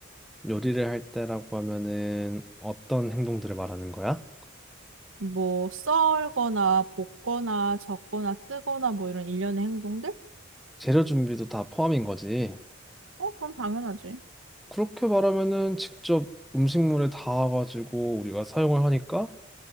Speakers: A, in the centre; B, on the right (about 80°).
A: 요리를 할 때라고 하면은 어떤 행동들을 말하는 거야?
B: 뭐 썰거나 볶거나 젓거나 뜨거나 뭐 이런 일련의 행동들?
A: 재료 준비도 다 포함인 거지.
B: 어, 그럼 당연하지.
A: 그렇게 말하면은 직접 음식물에 닿아가지고 우리가 사용을 하니까